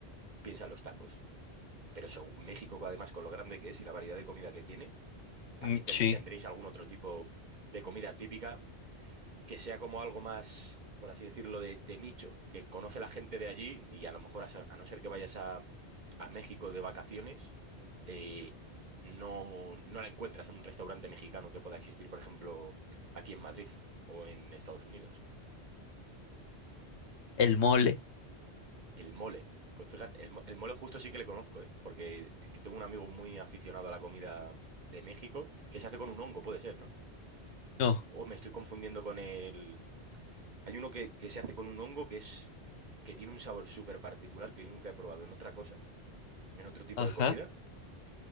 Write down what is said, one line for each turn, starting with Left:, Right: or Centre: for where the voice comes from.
Right: piensa en los tacos. Pero eso, México, además, con lo grande que es y la variedad de comida que tiene, también
Left: mm,
Right: ten-
Left: sí.
Right: tendréis algún otro tipo de comida típica que sea como algo más, por así decirlo, de, de nicho, que conoce la gente de allí y a lo mejor, a, sa- a no ser que vayas a, a México de vacaciones, eh, no, no la encuentras en un restaurante mexicano que pueda existir, por ejemplo, aquí en Madrid o en Estados Unidos.
Left: El mole.
Right: El mole. Pues fíjate, el, mo- el mole justo sí que le conozco, ¿eh? Porque es que tengo un amigo muy aficionado a la comida de México que se hace con un hongo, puede ser, ¿no?
Left: No,
Right: O me estoy confundiendo con el... Hay uno que, que se hace con un hongo que es que tiene un sabor súper particular que yo nunca he probado en otra cosa, en otro tipo
Left: ajá.
Right: de comida,